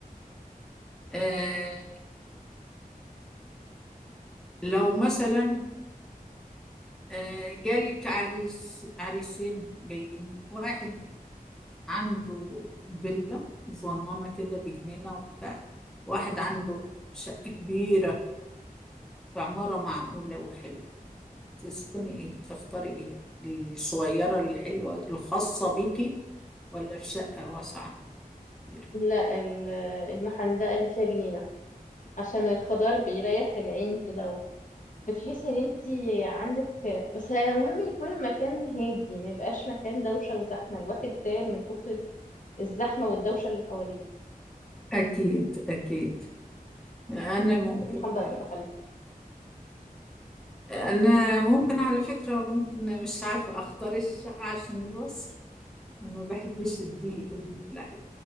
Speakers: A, in the centre; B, on the left.
A: آه لو مثلا آه جالك عريس عريسين جايين واحد عنده فيلا صغننه كده بجنينه وبتاع واحد عنده شقه كبيره في عماره معقوله وحلوه تسكني ايه تختاري ايه الصغيره الحلوه الخاصه بيكي ولا في شقة واسعة كبيرة
B: لا ال- المحندقه اللي فيها جنينه عشان الخضار بيريح العين كده بتحسي ان انت عندك بس مهم يكون المكان هادي ما يبقاش مكان دوشه وزحمه الواحد تعب من كتر الزحمه والدوشه اللي حواليه
A: أكيد أكيد أنا
B: الحاجات
A: ممكن
B: المحدقه بتبقى حلوه
A: أنا ممكن على فكرة ممكن مش عارفة أختار الشقة عشان الوصف ما بحبش الضيق وال...